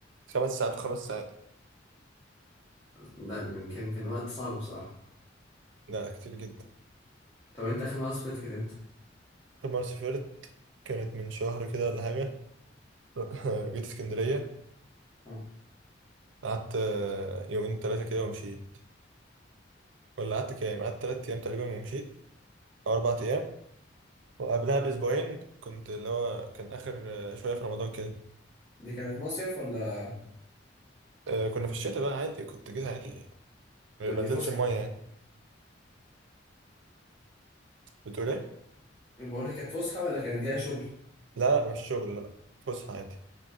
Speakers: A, on the right (about 85°); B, on the left (about 20°).
A: خمس ساعات وخمس ساعات
B: ده يعني كان كان وقت صعب بصراحة
A: لا كتير جدا
B: طب انت اخر مرة سافرت كانت امتى
A: اخر مره سافرت كانت من شهر كده ولا حاجه <laughs> جيت اسكندريه
B: آه.
A: قعدت آه، يومين ثلاثه كده ومشيت ولا قعدت كام قعدت ثلاث ايام تقريبا ومشيت او اربع ايام وقبلها بأسبوعين كنت اللي هو كان آخر آه، شوية في رمضان كده
B: دي كانت مصيف ولا
A: آه، كنا في الشتاء بقى عادي كنت جيت عادي ما
B: دي
A: نزلتش
B: فسحة
A: المية
B: يعني
A: يعني بتقول إيه؟
B: بقول لك كانت فسحة ولا كانت جاية شغل
A: لا لا مش شغل لا فسحة عادي